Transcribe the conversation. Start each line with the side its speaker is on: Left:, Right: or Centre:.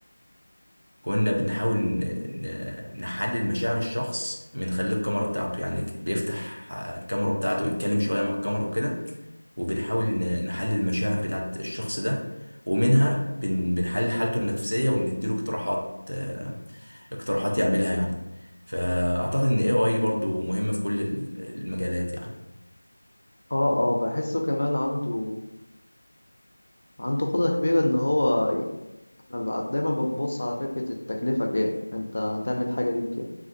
Right: كنا بنحاول ن- ن- نحلل مشاعر الشخص من خلال الكاميرا بتاعته يعني بيفتح الكاميرا بتاعته ويتكلم شوية مع الكاميرا وكده وبنحاول ن- نحلل المشاعر بتاعت الشخص ده ومنها بن- بنحلل حالته النفسية ونديله اقتراحات آه، اقتراحات يعملها يعني فأعتقد إن AI برضو مهم في كل ال- المجالات يعني
Left: اه اه بحسه كمان عنده عنده قدرة كبيرة إن هو أنا بقى- دايما بنبص على فكرة التكلفة كام انت هتعمل حاجة دي بكام